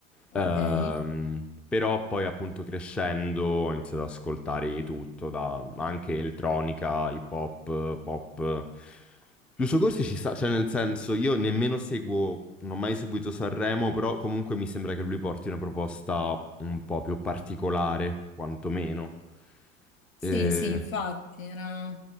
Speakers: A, on the left; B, in the centre.
A: ok.
B: Ehm, però poi appunto crescendo ho iniziato ad ascoltare di tutto, da, ma anche elettronica, hip hop, pop. Giusto Corsi ci sta, cioè nel senso io nemmeno seguo, non ho mai seguito Sanremo, però comunque mi sembra che lui porti una proposta un po' più particolare, quantomeno.
A: Sì,
B: Eh,
A: sì, infatti, era...